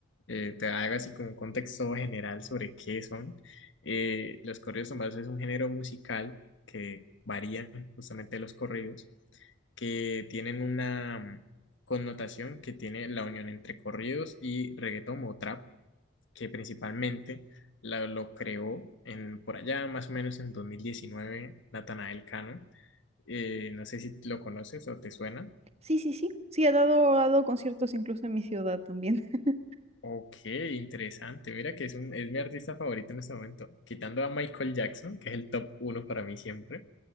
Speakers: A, on the left; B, on the right.
A: eh, te hago así como un contexto general sobre qué son. Eh, los corridos tumbados es un género musical que varían justamente de los corridos, que tienen una connotación que tiene la unión entre corridos y reggaetón o trap, que principalmente la- lo creó en, por allá más o menos en 2019 Natanael Cano. Eh, no sé si lo conoces o te suena.
B: Sí, sí, sí. Sí, he dado, he dado conciertos incluso en mi ciudad también. <laughs>
A: Ok, interesante. Mira que es, un, es mi artista favorito en este momento. Quitando a Michael Jackson, que es el top uno para mí siempre.